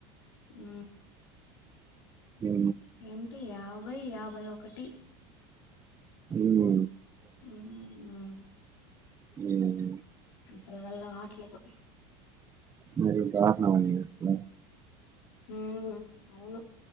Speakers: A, on the left; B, on the right.
A: ఊ
B: ఈ
A: ఏంటి యాభై యాభై ఒకటి
B: ఉహు
A: ఉ ఊ
B: ఏ హ
A: అతన వళ్ళ కావట్లేదు
B: మరి బహనా ఉన్నవని చేసిన
A: హు అవును